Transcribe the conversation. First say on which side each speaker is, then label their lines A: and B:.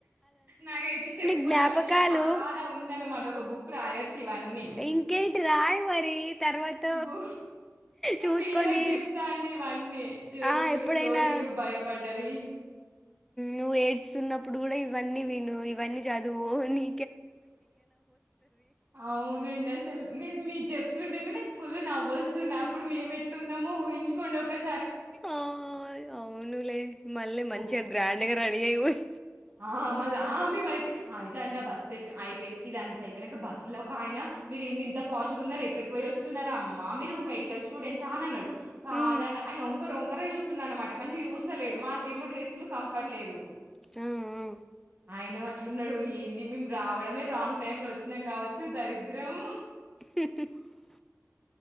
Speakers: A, on the right; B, in the centre.
A: నాకైతే చెప్పుకోడానికి
B: జ్ఞాపకాలు
A: చాలా ఉందనమాట ఒక బుక్ రాయొ చ్చు ఇవన్నీ హ్
B: ఇంకేంటి రాయి మరి తర్వాత
A: బూ
B: చూసుకొని
A: హ్ పిల్లలకి చజెప్తా అండి ఇవన్నీ జోకులు
B: ఆ ఎప్పుడైనా
A: స్టోరీలు భయబడ్డవి
B: నువ్వు ఏడుస్తున్నప్పుడు గడా ఇవన్నీ విను ఇవన్నీ చదువు ని
A: అవునండి అసల్ నేను మీకు చెప్తుంటేనే నక్ ఫుల్ నవ్వోస్తుంది అప్పుడు మేమెట్లున్నామో ఊహించుకోండి ఒక స్
B: ఆ అవునులే మళ్ళీ మంచిగా
A: ఓహ్!
B: గ్రాండ్గా రెడీ అయిపోయి
A: ఆ మళ్ళ ఆ మేమ అయితే అయిత అండి ఆ బస్సేక్కి అయిపోయింది ఇది అంత అయిపోయినంక బస్సు లో ఒక ఆయన మీరు ఇ ఇంత పాషుగ ఉన్నరు ఎక్కడికి పోయి వస్తున్నరమ్మా మీరు మెడికల్ స్టూడెంట్సా అని అన్నడు కాదండి
B: ఉమ్,
A: ఆయన ఒంకర ఒంకరు చూస్తున్న అనమాట మంచి చూస్ స్తలేడు మాకేమో డ్రెస్సులు కంఫర్ట్ లేదు
B: ఆ, ఆ.
A: ఆయన అట్లున్నడు ఏంది మేము రావడమే రాంగ్ టైమ్ లో వచ్చినాం కావచ్చు దరిద్రం
B: హుహుహు